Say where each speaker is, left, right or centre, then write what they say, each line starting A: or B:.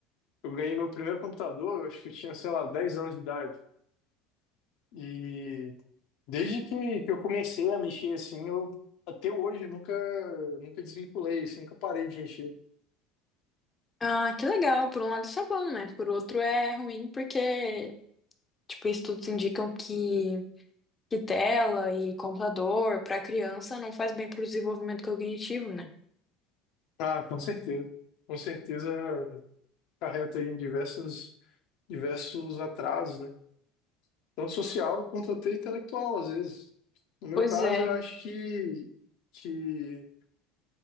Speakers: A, on the left; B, on the left.
A: Eu ganhei meu primeiro computador, eu acho que eu tinha, sei lá, 10 anos de idade. E desde que, que eu comecei a mexer assim, eu até hoje nunca nunca desvinculei, assim, nunca parei de mexer.
B: Ah, que legal, por um lado isso é bom, né? Por outro é ruim, porque, tipo, estudos indicam que que tela e computador para criança não faz bem para o desenvolvimento cognitivo, né?
A: Ah, com certeza. Com certeza carreta aí em diversos diversos atrasos, né? tanto social quanto até intelectual, às vezes. No meu
B: Pois
A: caso,
B: é,
A: eu acho que, que